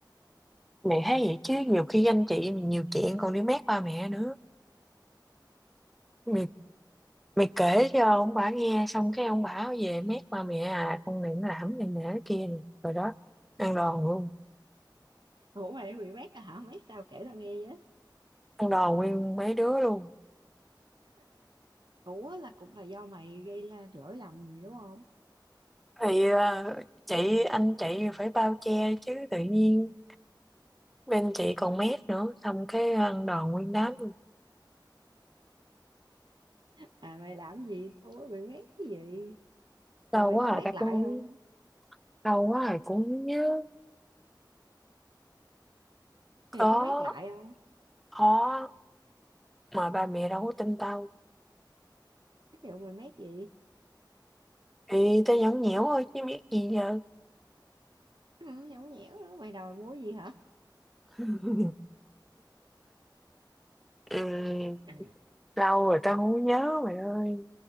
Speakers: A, in the centre; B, on the right.
A: mày thấy vậy chứ nhiều khi anh chị mày nhiều chuyện còn đi mét ba mẹ nữa Mày mày kể cho ông bà nghe xong cái ông bà về mét ba mẹ à con này nó làm này nè cái kia nè rồi đó ăn đòn luôn
B: ủa mày bị mét à hả mét sao kể tao nghe vậy
A: ăn đòn nguyên mấy đứa luôn
B: ủa là cũng là do mày gây ra lỗi lầm gì đúng không
A: thì ờ, chị anh chị phải bao che chứ tự nhiên bên chị còn mét nữa xong cái ăn đòn nguyên đám luôn
B: à mày làm gì sao mới bị mét cái gì
A: đau
B: rồi mày
A: quá
B: có mét
A: à ta cũng
B: lại
A: không
B: không
A: đau quá à cũng không nhớ có
B: mày có mét lại không
A: khó mà ba mẹ đâu có tin tao
B: ví dụ mày mét gì
A: thì tao nhõng nhẽo thôi chứ biết gì giờ
B: ừ, nhõng nhẽo nữa mày đòi mua gì hả
A: <laughs> ừ,
B: à,
A: lâu rồi tao không nhớ mày ơi